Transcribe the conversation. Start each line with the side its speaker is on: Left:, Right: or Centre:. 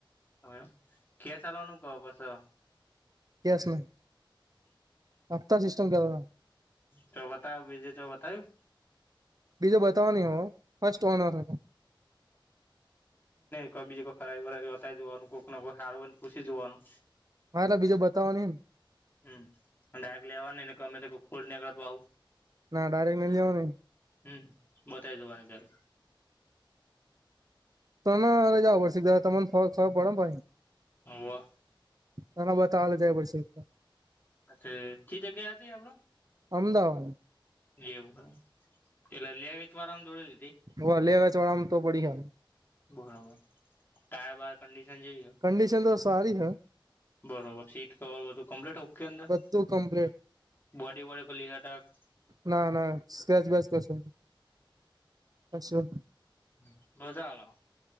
Left: હ, એ કે ચાલવાનું કહો, પસો.
Right: કહેશો, હપ્તા સિસ્ટમ કેવો છો?
Left: તો બતાવ્યું, બીજું તો બતાવ્યું.
Right: બીજો બતાવ નહીં હો, ફસ્ટ ઓનર હમ.
Left: ક બીજ કો ખરાબ બતાય જવાનું? કોઈક ના કોઈ સાર હોય ને, પૂછી જોવાનું.
Right: હાય ના, બીજે બતાવાની.
Left: હમ, અને લેવા જ ગમે તો ખોલ કર તો આવું.
Right: ના ડાયરેક્ટ મી જ નને.
Left: હમ બતાવી જોવાની પે હ.
Right: તોને અરે જું પડશે તમને ફ ફરક પડે ને ભછ.
Left: હવા.
Right: ના, ના, બતાલ જે પછી.
Left: અચ્છા, કી જગ્યા હતી આપણા?
Right: અમદાવાદ
Left: એવું, પેલા લેવી તો આરામ જોડે દીધી.
Right: હ લેવાચ વાળામાં તો પડી હ.
Left: બરાબર ટાયર બર કડીશન જેવી હ.
Right: કંડીશન તો સારી હૈ
Left: બરોબર સીટ કવર બધું કમ્પ્લીટ ઓ કે અંદર
Right: તો કમ્પ્લીટ
Left: બોડી વોડી કરલ <unintelligible> સેટ
Right: ના ના સ્ક્રેચ બેસ કશું નહી
Left: હ રોસા અલ